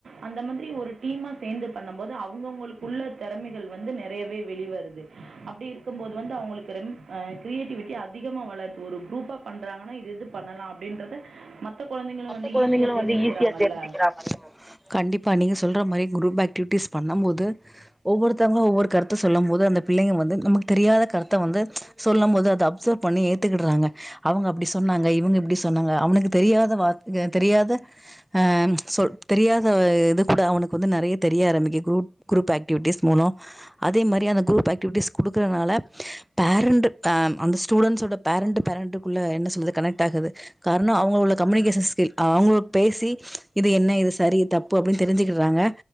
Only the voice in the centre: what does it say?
மத்த
கொழந்தைங்களு
வந்து ஈஸியா தெரிஞ்சுக்கிறாங்கல்ல கண்டிப்பா நீங்க சொல்ற மாரி குரூப் ஆக்டிவிட்டிஸ் பண்ணம் போது ஓ ஒவ்வொருத்தவ்ங்க ஒவ்வொரு கருத்து சொல்லம் போது அந்த பிள்ளைங்க வந்து நமக்கு தெரியாத கருத்த வந்து சொல்லம் போது அத அப்சர்வ் பண்ணி ஏத்துக்கிடுறாங்க அவங்க அப்டி சொன்னாங்க இவங்க இப்டி சொன்னாங்க அவனுக்கு தெரியாத வார் ங்க தெரியாத அ சொல் தெரியாத இது கூட அவனுக்கு வந்து நெறைய தெரிய ஆரம்பிக்கு குரூ குரூப் ஆக்டிவிட்டிஸ் மூலோ அதே மாரி அந்த குரூப் ஆக்டிவிட்டிஸ் குடுக்கறனால பேரண்ட் ஃப்மேம் அந்த ஸ்டூடண்ட்ஸோட பேரண்ட்டு பேரண்ட்டுக்குள்ள என்ன சொல்லுது கனெக்ட் ஆகுது காரண அவங்களோ உள்ள கம்யூனிகேஷன்ஸ் தில் அவங்க பேசி இது என்ன இது சரி தப்பு அப்டின்னு தெரிஞ்சுக்கிடறாங்க